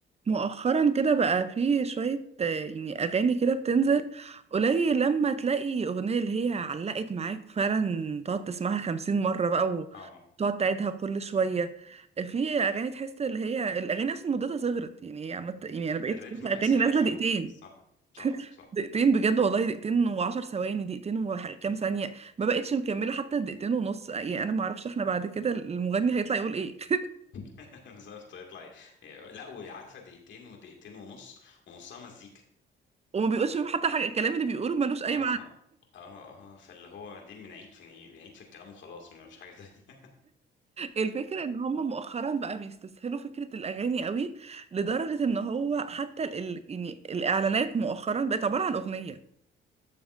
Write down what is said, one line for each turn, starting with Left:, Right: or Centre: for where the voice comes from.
Right: مؤخرا كده بقى في شوية آه، يعني أغاني كده بتنزل قليل لما تلاقي أغنية اللي هي علقت معاك فعلا تقعد تسمعها خمسين مرة بقى
Left: اه
Right: وتقعد تعيدها كل شوية في أغاني تحس اللي هي الأغاني أصلا مدتها صغرت يعني هي عمت يعني أنا بقيت
Left: الريتم
Right: شايفة
Left: بقى
Right: أغاني
Left: سريع
Right: نازلة
Left: قوي
Right: دقيقتين
Left: صح صح صح
Right: دقيقتين بجد والله دقيقتين وعشر ثواني دقيقتين وكام ثانية ما بقتش مكملة حتى دقيقتين ونص يعني أنا معرفش
Left: صح
Right: احنا بعد كده المغني هيطلع يقول ايه <laughs>
Left: <laughs> بالظبط يطلع ي- لا وعارفه دقيقتين ودقيقتين ونص ونصها مزيكا
Right: وما بيقولش فيهم حتى حاجة الكلام اللي بيقوله ملوش أي
Left: اه اه اه فاللي هو دي بنعيد في نعيد بنعيد في الكلام وخلاص مش حاجه تانية <laughs>
Right: الفكرة ان هم مؤخرا بقى بيستسهلوا فكرة الاغاني قوي لدرجة ان هو حتى ال... ال- يعني الاعلانات مؤخرا بقت عبارة عن اغنية